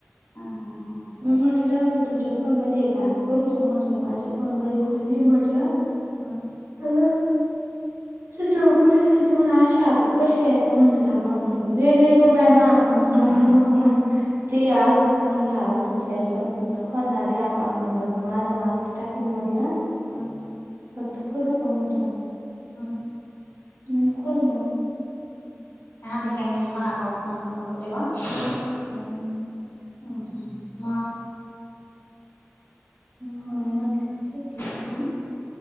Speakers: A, on the left; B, on the right.
A: हा हा हा.
B: मी म्हटलं, मी तुमच्या फोन मध्ये एकदा ॲप खोलू का म्हटलं? माझ्या फोन मध्ये खोलले म्हटलं.
A: हा.
B: अग याच्यावर पैसे येता म्हणा असे, आपोआप कसे येता तुझा अकाउंट नंबर दे ये नाही ग बाई मा. अकाउंट नंबर नको म्हटलं,, ते
A: हम्म
B: आ अस होत म्हणलात. तुमच्या याच्यावर फक्त खोलणार आहे, अकाउंट नंबर म माझा माझाच टाकेल म्हटलं.
A: हां.
B: फक्त खोलू का म्हटलं?
A: हम्म
B: म्हणे खोल म.
A: आधी काय म्हणे, माया अकाउंट नंबर नको देऊ हा.
B: हम्म
A: हम्म हम्म म
B: मग म्हटलं ठीक आहे.
A: हम्म